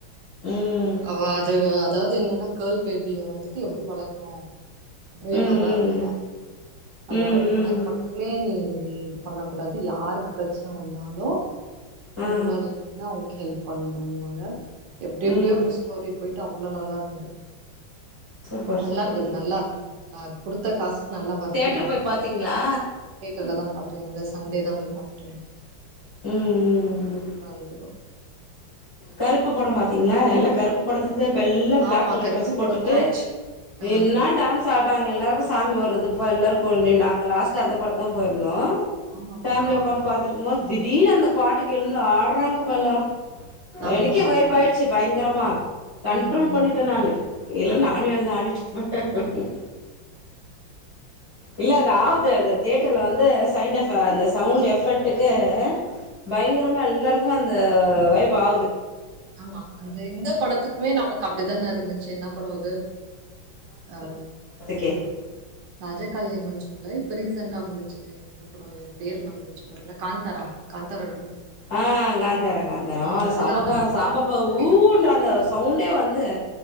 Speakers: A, on the left; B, on the right.
A: ம்
B: அவ அது அதாவது என்னன்னா கர்ல் பேபி பேபிய வந்துட்டு எப்படி வளக்கணும் பிரேவாதான்
A: ம் ம்
B: இருக்கும் அதாவது
A: ம்
B: உனக்கு
A: ம்
B: மட்டுமே நீ நீ பண்ண கூடாது யாருக்கு பிரச் <unintelligible> வந்தாலு நீ
A: ஆ
B: முன்னாடி நின்னா <unintelligible> ஹெல்ப் பண்ணுன்னுவாங்க எப்படி எப்படியோ
A: ம்
B: இப்ப ஸ்டோரி போயிட்டு அவ்ளோ நல்லா இருந்தது
A: சூப்பர்
B: நல்லா
A: சூப்பர்
B: இருந்தது நல்லா ஆஹ் கொடுத்த காசுக்கு நல்லா வா <unintelligible>
A: தேட்டர் போய் பாத்தீங்களா
B: தியேட்டருலதா பாத்தோ இந்த சண்டேதா போய் பாத்தோ தோழி
A: ம் ம்
B: சூப்ரா இருந்தது படோ
A: கருப்பு படம் பாத்தீங்களா எல்லா கருப்பு படத்தை <unintelligible> எல்லா பிளாக்
B: ஆமா
A: கலர்
B: கருப்பு
A: ட்ரெஸ் போட்டுட்டு
B: படந்தா ஆச்சு ஆ
A: என்னா டான்ஸ் ஆடுறாங்க எல்லாரு சாமி வர்றது இப்போ எல்லோருக்கு இங்க நாங்க லாஸ்ட் அந்த படத்துக்தா போயிருந்தோ
B: ஆமாப்பா
A: ஃபேமிலியா உக்காந்து பாத்திருக்கும்போது திடீனு அந்த பாட்டுக்கு எழுந்து ஆடுறாங்கப்பா எல்லாரும்
B: ஆமா
A: எனக்கே வாய்ப்அயிச் ச்சி பயங்கரமா கண்ட்ரோல்
B: ம்
A: பண்ணிட்டேன் நானு இல்ல நானும் எழுான் ஆடிட்ருப்பேன் இல்ல அது ஆது அ அந்த தியேட்டரில் வந்து சைண்ட் எஃ அந்த சவுண்ட் எஃபெக்ட்டுக்கு பயங்கரமா எல்லாருக்கும் வந்த த வைப் ஆகுது
B: ஆமா அந்த இந்த படத்துக்குமே நமக்கு அப்படித்தானே இருந்துச்சு என்ன படம் அது அஹ்
A: கே
B: ராஜகாளியம்மன்னு சொல்லல இப்ப ரீசன்டா வந்துச்சு என்ன படம் பேர் மறந்துச்சு பாருங்களா காந்தாரா காந்தாரா டூ
A: ஆஹ் காந்தாரா காந்தாரா
B: ம் அதுதா
A: சமக்க
B: அந்த அந்த
A: சாமப்ப
B: டி
A: ஊன்ற அந்த சவுண்டே வந்து